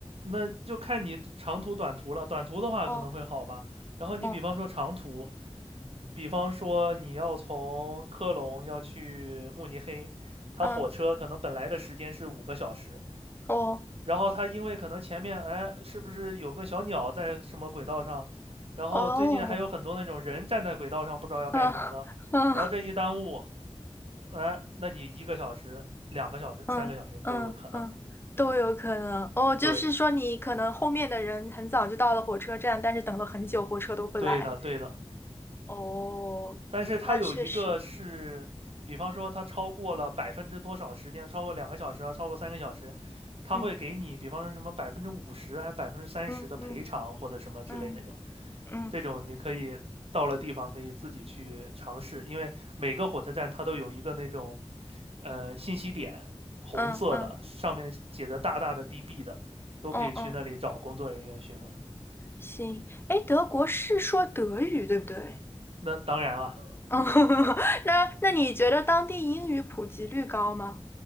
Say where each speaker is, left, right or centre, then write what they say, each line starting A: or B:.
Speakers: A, on the right (about 65°); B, on the left (about 20°).
A: 那就看你长途、短途了。短途的话可能会好吧。
B: 哦，
A: 然后你比方说长途，
B: 哦，
A: 比方说你要从科隆要去慕尼黑，它火车可能本来的时间是五个小时，
B: 嗯，哦，
A: 然后他因为可能前面哎，是不是有个小鸟在什么轨道上？然后最近还有很多那种人站在轨道上不知道要干什么的，
B: 哦，嗯嗯。
A: 然后这一耽误，哎，那你一个小时、两个小时、
B: 嗯嗯嗯，
A: 三个小时都有可能。
B: 都有可能哦。就是说，
A: 对，
B: 你可能后面的人很早就到了火车站，但是等了很久，火车都不来。
A: 对的，对的。
B: 哦，
A: 但是它有一个是，
B: 那确实，
A: 比方说它超过了百分之多少时间，超过两个小时啊，超过三个小时，它会给你，
B: 嗯
A: 比方说什么百分之五十还是百分之三十的赔偿或者什么之类的那种。
B: 嗯嗯嗯嗯
A: 这种你可以到了地方可以自己去尝试，因为每个火车站它都有一个那种呃信息点，红色的上面写着大大的
B: 嗯嗯
A: DB 的，都可以去那里找工作人员询问。
B: 嗯嗯，行。哎，德国是说德语对不对？
A: 那当然啊，
B: 嗯，<laughs> 那那你觉得当地英语普及率高吗？